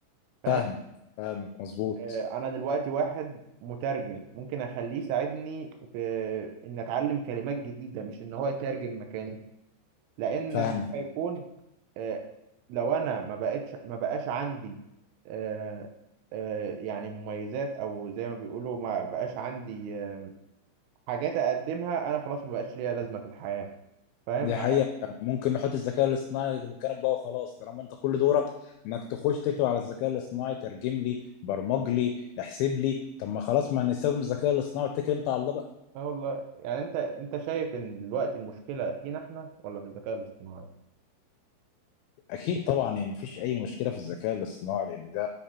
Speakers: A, on the right; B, on the left.
A: فاهم
B: فاهمك فاهمك مظبوط
A: آه، انا دلوقتي واحد مترجم ممكن اخليه يساعدني في ان اتعلم كلمات جديده مش ان هو يترجم مكاني لان
B: فاهمك
A: مهما يكون آه، لو انا ما بقتش ما بقاش عندي آه، آه، يعني مميزات او زي ما بيقولوا ما بقاش عندي آه، حاجات اقدمها انا خلاص ما بقاش ليا لازمه في الحياه فاهم
B: دي
A: اه
B: حقيقة ممكن نحط الذكاء الاصطناعي مكانك بقى وخلاص طالما انت كل دورك انك تخش تكتب على الذكاء الاصطناعي ترجم لي برمج لي احسب لي طب ما خلاص ما نستخدم الذكاء الاصطناعي واتكل انت على الله بقى
A: آه والله يعني انت انت شايف ان دلوقتي المشكله فينا احنا ولا في الذكاء الاصطناعي
B: اكيد طبعا يعني مفيش اي مشكلة في الذكاء الاصطناعي لان ده